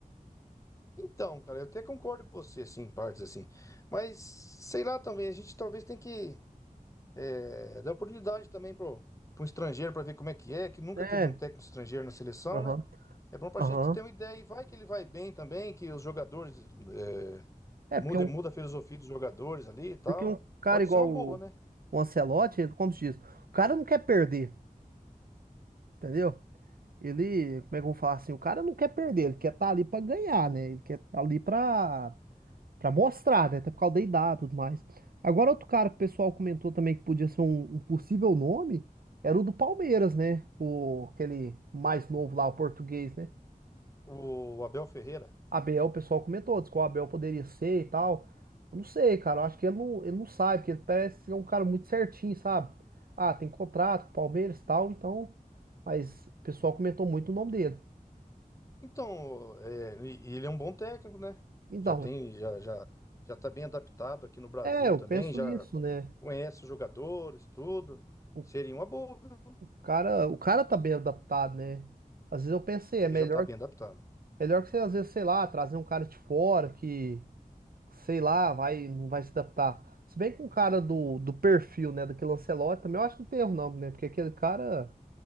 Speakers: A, on the left (about 20°); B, on the right (about 85°).
A: Então, cara, eu até concordo com você, assim, em partes assim. Mas, sei lá também, a gente talvez tem que É, dá oportunidade também pro, pro estrangeiro para ver como é que é, que nunca
B: É,
A: teve um técnico estrangeiro na seleção,
B: aham,
A: né? É bom pra
B: aham.
A: gente ter uma ideia e vai que ele vai bem também, que os jogadores é,
B: É,
A: muda,
B: porque um,
A: muda a filosofia dos jogadores ali e tal.
B: porque um cara
A: Pode
B: igual
A: ser uma boa,
B: o,
A: né?
B: o Ancelotti, ele, como se diz, o cara não quer perder, entendeu? Ele, como é que eu vou falar assim? O cara não quer perder, ele quer estar ali pra ganhar, né? Ele quer estar ali pra Pra mostrar, né? Até por causa da idade e tudo mais. Agora, outro cara que o pessoal comentou também que podia ser um, um possível nome era o do Palmeiras, né? O, aquele mais novo lá, o português, né?
A: O Abel Ferreira.
B: Abel, o pessoal comentou, disse que o Abel poderia ser e tal. Eu não sei, cara. Eu acho que ele não, ele não sabe, porque ele parece ser um cara muito certinho, sabe? Ah, tem contrato com o Palmeiras e tal, então. Mas o pessoal comentou muito o nome dele.
A: Então, é, e- e ele é um bom técnico, né?
B: Então,
A: Já tem, já, já, já tá bem adaptado aqui no Brasil
B: é, eu
A: também,
B: penso
A: já
B: isso, né?
A: conhece os jogadores, tudo.
B: O
A: Seria uma boa, viu?
B: cara, o cara tá bem adaptado, né? Às vezes eu pensei, é melhor
A: Ele já tá bem adaptado.
B: Melhor que você, às vezes, sei lá, trazer um cara de fora que, sei lá, vai, não vai se adaptar. Se bem que um cara do, do perfil, né, daquele Ancelotti, também eu acho que não tem erro não, né? Porque aquele cara,